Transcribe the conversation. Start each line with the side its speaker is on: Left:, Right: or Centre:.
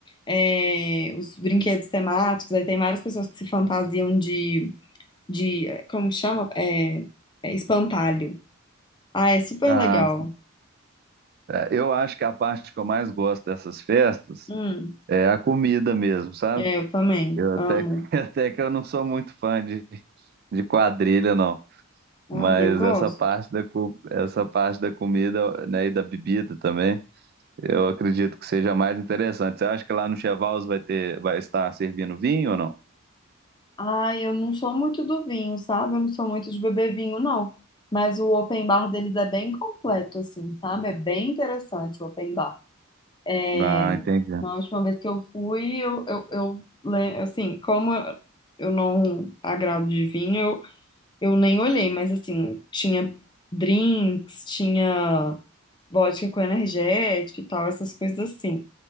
Left: é, os brinquedos temáticos, aí tem várias pessoas que se fantasiam de, de eh, como que chama? É, é espantalho. Ah, é super
Right: ah,
Left: legal.
Right: é, eu acho que a parte que eu mais gosto dessas festas
Left: Hum,
Right: é a comida mesmo, sabe?
Left: é, eu também
Right: Eu
Left: amo.
Right: até, <laughs> até que eu não sou muito fã de, de quadrilha, não.
Left: Ai,
Right: Mas
Left: eu gosto.
Right: essa parte da, co- essa parte da comida, né, e da bebida também, eu acredito que seja mais interessante. Você acha que lá no Chevals vai ter, vai estar servindo vinho ou não?
Left: Ai, eu não sou muito do vinho, sabe? Eu não sou muito de beber vinho, não. Mas o open bar deles é bem completo, assim, sabe? É bem interessante o open bar. É,
Right: Ah, entendi.
Left: Na última vez que eu fui, eu, eu, eu le- assim, como eu não agrado de vinho, eu, eu nem olhei, mas assim, tinha drinks, tinha vodka com energético e tal, essas coisas assim.